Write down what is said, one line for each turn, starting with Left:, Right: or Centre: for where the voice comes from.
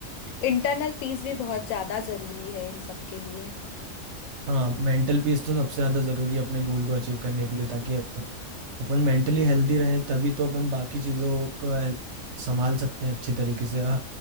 Left: इंटरनल पीस भी बहुत ज़्यादा ज़रूरी है इन सब के लिए
Right: हाँ मेंटल पीस तो सबसे ज्यादा जरूरी है अपने गोल को अचीव करने के लिए ताकि अपन मेंटली हेल्दी रहें तभी तो अपन बाकी चीजों को हेल- संभाल सकते हैं अच्छी तरीके से ह-